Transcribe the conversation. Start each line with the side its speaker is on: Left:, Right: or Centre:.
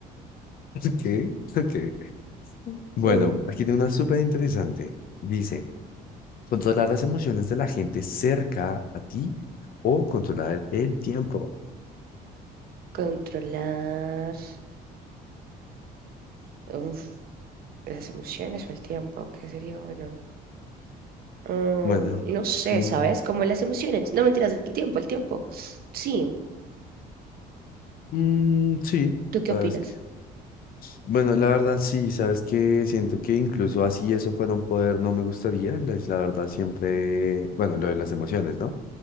Left: ¿Qué? ¿Qué? Bueno,
Right: Uh,
Left: aquí tiene una súper interesante. Dice, controlar las emociones de la gente cerca a ti o controlar el tiempo.
Right: Controlar. Uf, las emociones o el tiempo, que sería bueno. Mm,
Left: Bueno,
Right: no sé,
Left: mm,
Right: ¿sabes? Como las emociones. No mentiras, el tiempo, el tiempo. Sí,
Left: mm, sí,
Right: ¿tú
Left: sabes
Right: qué opinas?
Left: que Bueno, la verdad sí, sabes que siento que incluso así eso fuera un poder no me gustaría, la la verdad siempre, bueno, lo de las emociones, ¿no?